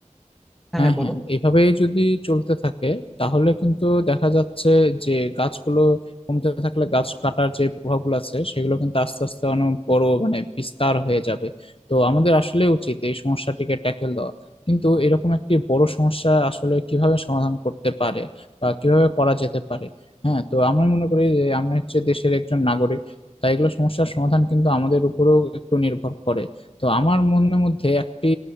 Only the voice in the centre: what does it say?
হ্যাঁ
হ্যাঁ
বলো